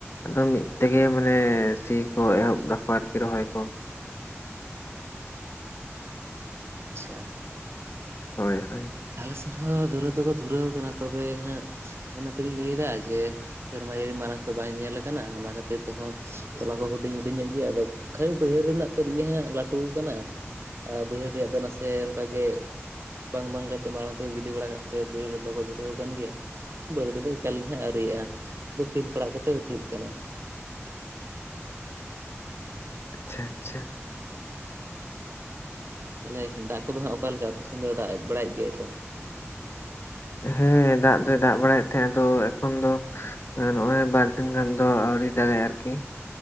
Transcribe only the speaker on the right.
ᱟᱪᱪᱷᱟ
ᱟᱞᱮ ᱥᱮᱱ ᱦᱚᱸ ᱫᱷᱩᱨᱟᱹᱣ ᱫᱚᱠᱚ ᱫᱷᱩᱨᱟᱹᱣ ᱠᱟᱱᱟ ᱛᱚᱵᱮ ᱦᱟᱜᱼᱼ ᱚᱱᱟ ᱛᱮᱞᱤᱧ ᱞᱟᱹᱭᱫᱟ ᱡᱮ ᱥᱮᱨᱢᱟ ᱡᱟᱹᱲᱤ ᱢᱟᱨᱟᱝ ᱠᱷᱚᱱᱚᱡ ᱵᱟᱭ ᱧᱮᱞ ᱟᱠᱟᱱᱟ ᱚᱱᱟ ᱠᱷᱟᱹᱛᱤᱨ ᱛᱮᱦᱚᱸᱼᱼ ᱛᱚᱞᱟ ᱠᱚ ᱦᱩᱰᱤᱧ ᱦᱩᱰᱤᱧᱚᱜ ᱜᱮᱭᱟ ᱟᱫᱚ ᱠᱷᱟᱹᱞᱤ ᱵᱟᱹᱭᱦᱟᱹᱲ ᱨᱮᱱᱟᱜ ᱛᱮᱫ ᱜᱮ ᱦᱟᱸᱜ ᱞᱟᱹᱴᱩ ᱟᱠᱟᱱᱟᱼᱼ ᱮ ᱵᱟᱹᱭᱦᱟᱹᱲ ᱨᱮᱭᱟᱜ ᱫᱚ ᱱᱟᱥᱮ ᱚᱱᱠᱟᱜ ᱜᱮ ᱵᱟᱝ ᱵᱟᱝ ᱠᱟᱛᱮ ᱛᱮ ᱢᱟᱲᱟᱝ ᱛᱮ ᱜᱤᱰᱤ ᱵᱟᱲᱟ ᱠᱟᱜ ᱛᱮ ᱵᱟᱹᱭᱦᱟᱹᱲ ᱨᱮᱫᱚᱠᱚ ᱫᱷᱩᱨᱟᱹᱣ ᱠᱟ‌ᱱ ᱜᱮᱭᱟ ᱵᱟᱹᱫᱽ ᱨᱮ ᱫᱚ ᱮᱠᱟᱞ ᱜᱮ ᱦᱟᱸᱜ ᱟᱳᱨᱤᱣᱟᱭ-ᱟ ᱥᱩᱫᱩ ᱠᱷᱮᱞ ᱯᱟᱲᱟᱜ ᱠᱟᱛᱮᱜ ᱦᱩᱭᱩᱜ ᱠᱟᱱᱟ
ᱛᱟᱦᱚᱞᱮ ᱫᱟᱜ ᱠᱚᱫᱚ ᱦᱟᱸᱜ ᱚᱠᱟᱞᱮᱠᱟ ᱟᱯᱮ ᱥᱮᱱ ᱫᱚ ᱫᱟᱜ ᱵᱟᱲᱟᱭᱮᱫ ᱜᱮᱭᱟᱭ ᱛᱚ